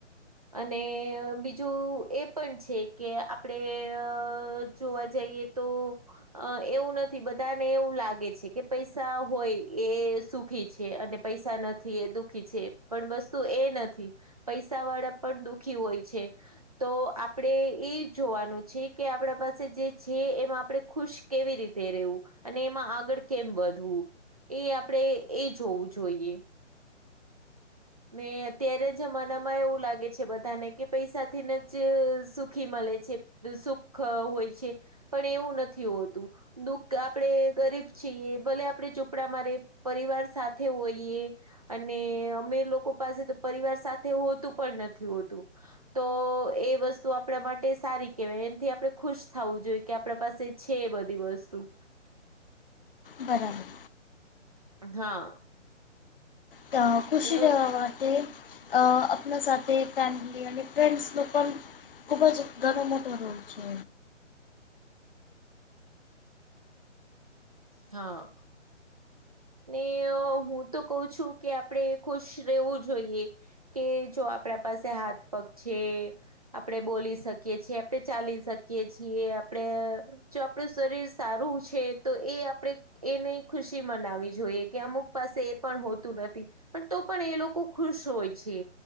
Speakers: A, on the right; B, on the left.
A: અને બીજું એ પણ છે કે આપણે અ જોવા જઈએ તો અ એવું નથી બધાને એવું લાગે છે કે પૈસા હોય એ સુ ખી છે અને પૈસા નથી એ દુઃખી છે પણ વસ્તુ એ નથી પૈસા વાળા પણ દુઃખી હોય છે તો આપડે એ જોવાનું છે કે આપણા પાસે જે છે એમાં આપણે ખુશ કેવી રીતે રહેવું અને એમાં આગળ કેમ વધવું એ આપડે એ જોવું જોઈએ ને અત્યારે જમાનામાં એવું લાગે છે બધાને કે પૈસાથીને જ સુખી મળે છે સુખ હોય છે પણ એવું નથી હોતું દુઃખ આપડે ગરીબ છીએ ભલે આપડે ઝૂપડા માં રે પરિવાર સાથે હોઈએ અને અમીર લો કો પાસે તો પરિવાર સાથે હોતું પણ નથી હોતું તો એ વસ્તુ આપણા માટે સારી કેવાય એનથી આપડે ખુશ થવું જોઈએ કે આપણા પાસે છે બધી વસ્તુ
B: બરાબર
A: હા
B: તો ખુશી
A: ને
B: <unintelligible> તે અપના સાથે ફેમિલી અને ફ્રેન્ડ્સ <unintelligible> ખુબજ ઘણો મોટો રોલ છે.
A: હા ને હું તો કહુ છું કે આપડે ખુશ રહેવું જોઈએ કે જો આપડા પાસે હાથ પગ છે આપડે બોલી શકીએ છીએ આપડે ચાલી શકીએ છીએ આપડે જો આપણું શરીર સારું છે તો એ આપડે એને ખુશી મનાવી જોઈએ કે અમુક પાસે એ પણ હોતું નથી પણ તો પણ એ લોકો ખુશ હોય છે